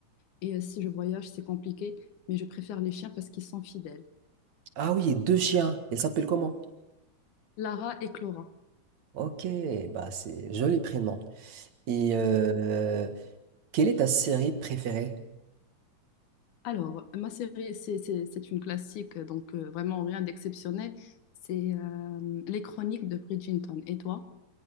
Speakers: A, on the left; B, on the right.
A: Et euh, si je voyage, c'est compliqué. Mais je préfère les chiens parce qu'ils sont fidèles.
B: Ah oui, deux chiens. Ils s'appellent comment?
A: Lara et Clara.
B: Ok, bah c'est joli prénom. Et euh, quelle est ta série préférée?
A: Alors, ma série, c'est c'est- c'est une classique, donc euh, vraiment rien d'exceptionnel. C'est euh, Les Chroniques de Bridgerton. Et toi?